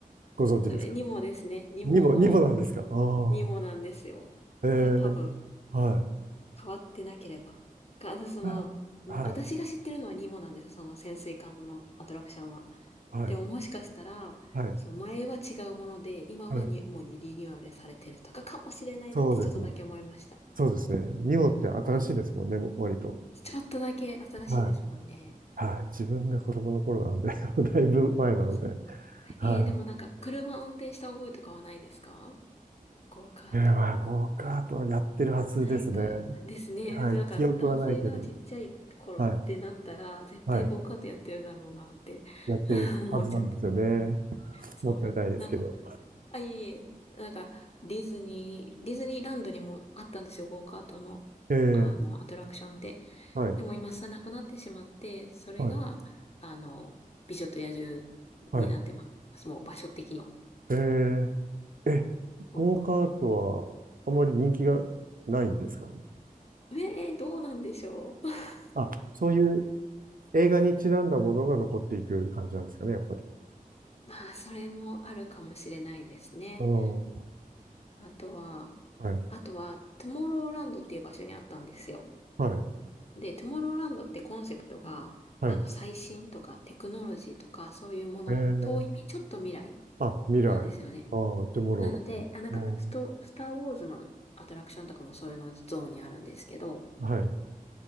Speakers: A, on the right; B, on the left.
A: ご存知ですか
B: それニモですね。ニモの、
A: にも、にもなんですかあ
B: ニモなんですよ。
A: あ、ええはい。
B: だから多分、変わってなければ。か、あの、その、
A: あはい、
B: ん私が知ってるのはニモなんですよ。その潜水艦のアトラクションは。
A: はい、
B: でももしかしたら、
A: はい、
B: その前は違うもので、今はニモにリニューアルされてるとかかもしれないなってちょっとだけ思いました。
A: はい。そうですね。そうですね。ニオって新しいですもんね、割と。
B: ちょっとだけ新しいですもんね。
A: はい。はい。自分が子供の頃なので <laughs> だいぶ前なので。
B: そうか。
A: は
B: えー、でもなんか車運転した覚えとかはないですかゴーカート。
A: い。えー、まあ、ゴーカートはやってるはずですね。
B: ないか。ですね。
A: はい。
B: なんか、
A: 記憶はないけど。
B: 男性がちっちゃい頃ってなったら、
A: はい。
B: 絶対ゴーカートやってるだろうなって
A: はい。やってるはずなんですよね。
B: <laughs> 思っちゃって。そうなの。
A: もったいないですけど。
B: なんか、あ、いえいえ、なんか、ディズニー、ディズニーランドにもあったんですよ、ゴーカートの、
A: えー、
B: あの、アトラクションって。
A: はい。
B: でも今さ、なくなってしまって、それが、
A: はい。
B: あの、美女と野獣になってます。
A: はい。
B: もう場所的には。
A: えー、え、
B: ゴーカー
A: ゴーカートはあまり人気がないんですかね。
B: ト。えー、どうなんでしょう。<laughs>
A: あ、そういう映画にちなんだものが残っていく感じなんですかね、やっぱり。
B: まあ、それもあるかもしれないですね。
A: うん。
B: あとは、
A: はい。
B: あとは、トゥモローランドっていう場所にあったんですよ。
A: はい、
B: で、トゥモローランドってコンセプトが、
A: はい。
B: あの、最新とかテクノロジーとか、そういうもの、
A: えー、
B: 遠いみ、ちょっと未来
A: あ、未来。
B: なんですよね。
A: あー、トゥモローだから。
B: なので、あ、なんか、
A: うん、
B: スト、スターウォーズのアトラクションとかもそういうのゾーンにあるんですけど、
A: はい、